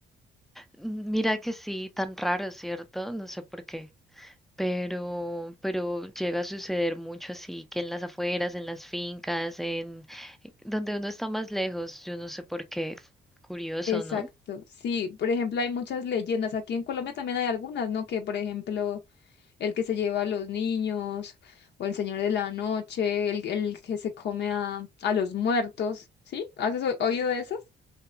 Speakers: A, in the centre; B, on the left (about 60°).
A: Mira que sí, tan raro, ¿cierto? No sé por qué, pero, pero llega a suceder mucho así, que en las afueras, en las fincas, en eh, donde uno está más lejos, yo no sé por qué, curioso,
B: Exacto,
A: ¿no?
B: sí, por ejemplo, hay muchas leyendas, aquí en Colombia también hay algunas, ¿no? Que por ejemplo... el que se lleva a los niños, o el señor de la noche, el, el que se come a, a los muertos, ¿sí? ¿Has o- oído de esas?